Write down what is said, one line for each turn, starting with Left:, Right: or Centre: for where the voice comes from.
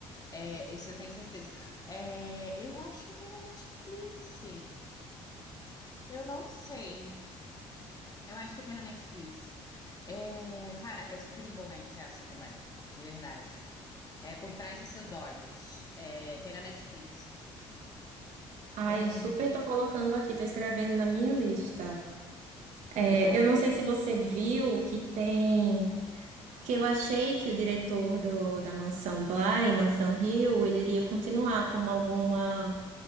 Left: É, esse eu tenho certeza. É, eu acho que tem na Netflix. Eu não sei. Eu acho que tem na Netflix. É, cara, é super envolvente essa também, de verdade. É Por Trás de Seus Olhos. É, tem na Netflix.
Right: Ah,
Left: É,
Right: eu super tô colocando aqui, tô escrevendo na minha lista. É,
Left: ela.
Right: eu não sei se você viu que tem. Porque eu achei que o diretor do, da Mansão Bly, Mansão Hill, ele iria continuar com alguma,